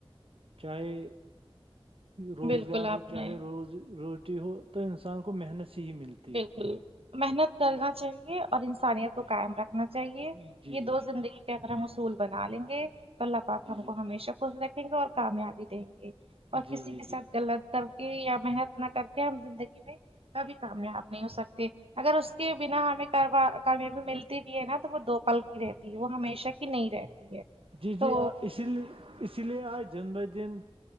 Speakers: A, on the right (about 70°); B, on the right (about 85°).
A: چاہے روزگار
B: بالکل آپ
A: ہو
B: نے
A: چاہے روز روٹی ہو تو انسان کو محنت سے ہی ملتی
B: بالکل
A: ہے
B: محنت کرنا چاہیے اور انسانیت کو
A: جی
B: قائم رکھ نا چاہیے
A: جی
B: یہ
A: جی
B: دو زندگی کے اگر ہم اصول بنا لیں گے تو اللہ پاک
A: جی
B: ہم
A: جی
B: کو ہمیشہ خ رکھیں گے اور کامیابی دیں گے
A: جی
B: اور کسی
A: جی
B: کے
A: جی
B: ساتھ غلط کر کے یا محنت نہ کر کے ہم زندگی میں کبھی کامیاب نہیں ہو سکتے اگر اس کے بنا ہمیں کامیابی ملتی بھی ہے نا تو وہ دو پل کی رہتی ہے وہ ہمیشہ کی نہیں رہتی ہے
A: جی
B: تو
A: جی اسی لیے اسی لیے آج جن ب دن